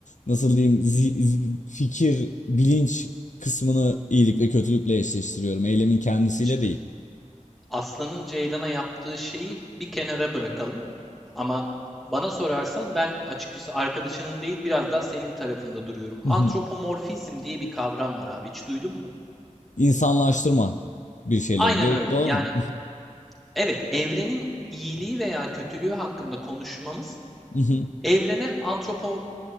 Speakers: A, on the left; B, in the centre.
A: nasıl diyeyim zi- zi- fikir, bilinç kısmını iyilik ve kötülükle eşleştiriyorum. Eylemin kendisiyle
B: Şimdi
A: değil.
B: aslanın ceylana yaptığı şeyi bir kenara bırakalım. Ama bana sorarsan ben açıkçası arkadaşının değil biraz daha senin tarafında duruyorum.
A: <laughs>
B: Antropomorfizm diye bir kavram var abi. Hiç duydun mu?
A: İnsanlaştırma bir şeyleridir.
B: Aynen öyle.
A: Doğru
B: Yani
A: mu?
B: evet evrenin iyiliği veya kötülüğü hakkında konuşmamız
A: <laughs>
B: Evrene antropo